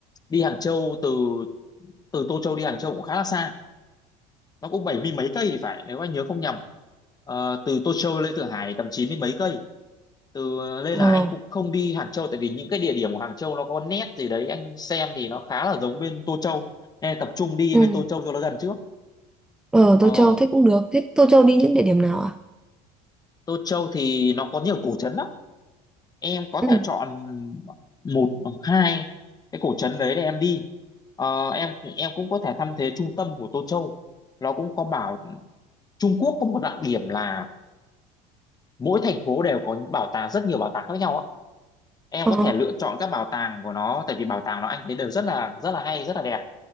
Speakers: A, on the left (about 25°); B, in the centre.
A: đi Hàng Châu từ từ Tô Châu đi Hàng Châu cũng khá là xa nó cũng bảy mươi mấy cây thì phải nếu anh nhớ không nhầm Ờ, từ Tô Châu lên Thượng Hải tầm chín mươi mấy cây từ nên
B: Ờ.
A: là anh cũng không đi Hàng Châu tại vì những cái địa điểm của Hàng Châu nó có nét gì đấy anh xem thì nó khá là giống bên Tô Châu nên là tập trung đi
B: Ừ.
A: bên Tô Châu cho nó gần trước
B: Ờ,
A: Ờ,
B: Tô Châu thế cũng được. Thế Tô Châu đi những địa điểm nào à?
A: Tô Châu thì nó có nhiều cổ trấn lắm em có
B: Ừ.
A: thể chọn một hoặc hai cái cổ trấn đấy để em đi Ờ, em em cũng có thể thăm thế trung tâm của Tô Châu nó cũng có bảo Trung Quốc có một đặc điểm là mỗi thành phố đều có bảo tàng rất nhiều bảo tàng khác nhau ạ em
B: Ờ,
A: có thể lựa chọn các bảo tàng của nó tại vì bảo tàng nó anh thấy đều rất là rất là hay rất là đẹp